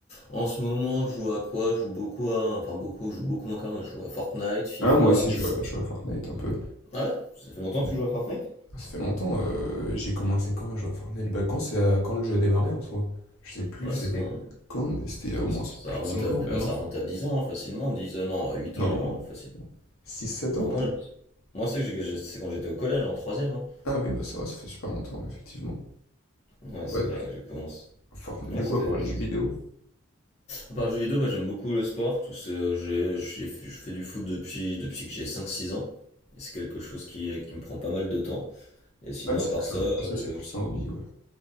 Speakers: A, on the left (about 30°); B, on the left (about 65°).
A: en ce moment, je joue à quoi? Je joue beaucoup à, enfin beaucoup, je joue beaucoup moins quand même, mais je joue à Fortnite, FIFA.
B: Ah, moi aussi, je joue à, je joue à Fortnite un peu.
A: Ouais, ça fait longtemps
B: Ouais.
A: que tu joues à Fortnite?
B: Ça fait longtemps, euh, j'ai commencé quand à jouer à Fortnite? Bah, quand, c'est, euh, quand le jeu a démarré en soi? Je sais plus,
A: Ouais,
B: c'était
A: c'est quand,
B: quand, mais c'était il y
A: ouais,
B: a au moins
A: ça ça
B: plus
A: remonte
B: de 5
A: à,
B: ans même,
A: ça
B: hein.
A: remonte à 10 ans, hein, facilement, 10 euh, non, 8
B: Non.
A: ans, 9 ans, facile.
B: Six sept
A: Ah,
B: ans peut-être?
A: moi, je- moi c'est que j'ai- c'est quand j'étais au collège, en troisième. hein.
B: Ah oui, bah c'est vrai, ça fait super longtemps, effectivement.
A: Ouais, c'est
B: Ouais,
A: vrai que j'ai commencé.
B: Fortnite,
A: Ouais,
B: du
A: c'était.
B: coup, à part les
A: c'était
B: jeux vidéo.
A: ça. À part le jeu vidéo, bah, j'aime beaucoup le sport. Tout ce, j'ai, j'ai- je fais du foot depuis, depuis que j'ai cinq six ans. Et c'est quelque chose qui, qui me prend pas mal de temps. Et sinon,
B: Ouais, c'est
A: à
B: vrai
A: part
B: que c'est
A: ça,
B: un- ah, ça,
A: euh,
B: c'est plus un hobby, ouais.